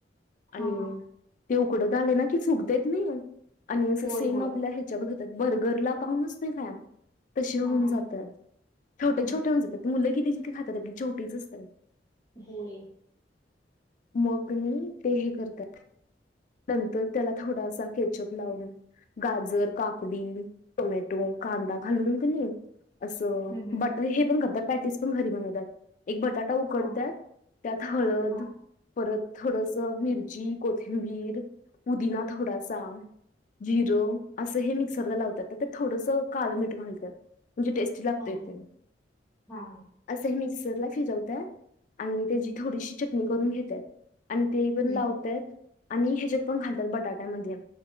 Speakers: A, on the left; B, on the left.
A: आणि
B: हा हा
A: ते उकडत आले ना की चुकतेत नाही आणि असं
B: होय
A: सेम
B: होय
A: आपल्या बर्गरला पाहूनच नाही फ त होऊन
B: हा हा
A: जातात छटे
B: हम्
A: छोटे होऊन ज मुलं किती जे खातात आपले छोटीच असतात
B: होय
A: मग कणी तेहे करतात नंतर त्याला थोडासा केचअप लाऊन गाजर काकडी टोमॅटो कांदा घालून कणी असं
B: हम् हम
A: बटर हे पण करतात पॅटीस पण घरी बनवतात एक बटाटा उकडतात
B: हा
A: त्यात हळद
B: हा
A: परत थोडस मिरची कोथिंबीर पुदिना थोडासा जिर असं हे मिक्सरला लावतात ते थोडस काळ मिठ घालतात म्हणजे टेस्ट लागतो
B: हा हा हा हा हा
A: असं मिक्सरला फिरवतात आणि त्याची थोडीशी चटणी करून घेतात आणि ते पण
B: हम्म
A: लावत्यात आणि याच्यात पण घालतात बटाट्यामध्ये